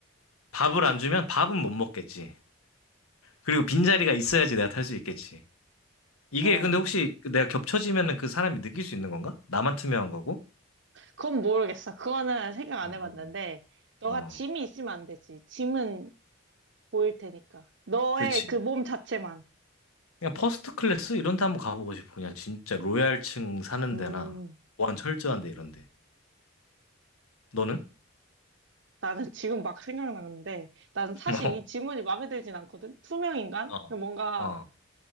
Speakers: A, on the left; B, on the right.
A: 밥을 안 주면 밥은 못 먹겠지. 그리고 빈자리가 있어야지 내가 탈 수 있겠지. 이게
B: 어,
A: 근데 혹시 내가 겹쳐지면은 그 사람이 느낄 수 있는 건가? 나만 투명한 거고?
B: 그건 모르겠어. 그거는 생각
A: 어,
B: 안
A: 어.
B: 해봤는데, 너가
A: 어,
B: 짐이 있으면 안 되지. 짐은 보일 테니까. 너의
A: 그렇지.
B: 그 몸 자체만.
A: 그냥 퍼스트 클래스 이런 데 한번 가보고 싶어. 그냥 진짜 로얄층 사는
B: 음,
A: 데나 보안 철저한 데 이런 데. 너는?
B: 나는 지금 막 생각나는데, 난 사실
A: <laughs>
B: 이 질문이 마음에 들진 않거든? 투명인간?
A: 어. 어.
B: 뭔가
A: 어.